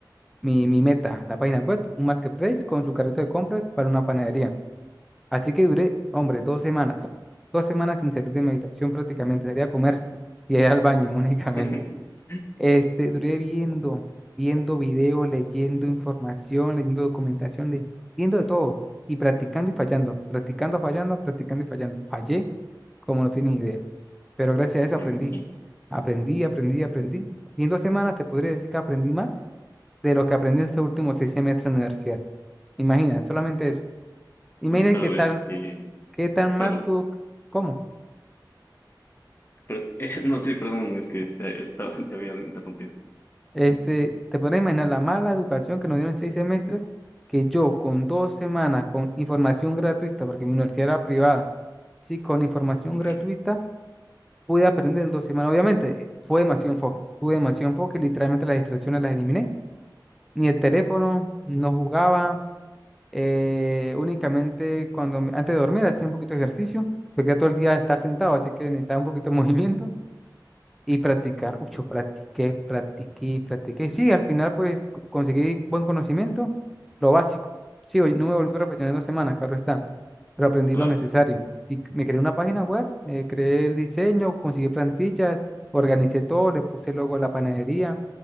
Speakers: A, in the centre; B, on the left.
A: mi, mi meta, la página web, un marketplace con su carrito de compras para una panadería. Así que duré, hombre, dos semanas. Dos semanas sin salir de mi habitación prácticamente, sería comer y ir al baño <laughs> únicamente.
B: <laughs>
A: Este, duré viendo, viendo videos, leyendo información, leyendo documentación, leyendo de todo y practicando y fallando, practicando, fallando, practicando y fallando. Fallé como no tienes idea, pero gracias a eso
B: Me
A: aprendí,
B: imagino.
A: aprendí, aprendí, aprendí. Y en dos semanas te podría decir que aprendí más de lo que aprendí en estos últimos seis semestres de universidad. Imagina, solamente eso. Imagina
B: Uy, pero
A: qué tal,
B: este.
A: qué tan
B: Perdón.
A: mal tuvo, ¿cómo?
B: per- <laughs> eh, no, sí, perdón, es que te, estaba, <laughs> te había interrumpido.
A: Este, te podrás imaginar la mala educación que nos dieron en seis semestres, que yo con dos semanas, con información gratuita, porque mi universidad era privada, sí, con información
B: Uy,
A: gratuita, pude aprender en dos semanas. Obviamente, fue demasiado enfoque, tuve demasiado enfoque, literalmente las distracciones las eliminé. Ni el teléfono, no jugaba, eh, únicamente cuando, me- antes de dormir hacía un poquito de ejercicio, porque era todo el día estar sentado, así que necesitaba un poquito de <laughs> movimiento y practicar.
B: sí.
A: Uy, yo practiqué, practiqué, practiqué. Sí, al final pues co- conseguí buen conocimiento, lo básico. Sí, hoy no me volví profesional en dos semanas, claro está, pero aprendí
B: Claro.
A: lo necesario. Y c- me creé una página web, eh, creé el diseño, conseguí plantillas, organicé todo, le puse el logo de la panadería.